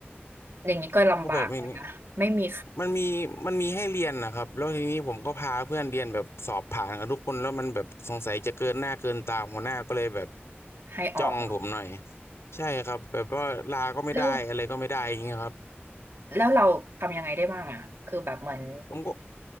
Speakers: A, on the right; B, on the left.
A: อย่างนี้ก็ลำบากเลยนะไม่มี
B: ก็แบบมันมันมีมันมีให้เรียนนะครับแล้วทีนี้ผมก็พาเพื่อนเรียนแบบสอบผ่านกันทุกคนแล้วมันแบบสงสัยจะเกินหน้าเกินตาหัวหน้าก็เลยแบบ
A: ให้ออกอะ
B: จ้องผมหน่อยใช่ครับแบบว่าลาก็ไม่ได้อะไรก็ไม่ได้อย่างเงี้ยครับ
A: แล้วแล้วเราทำยังไงได้บ้างอ่ะคือแบบเหมือน
B: ผมก็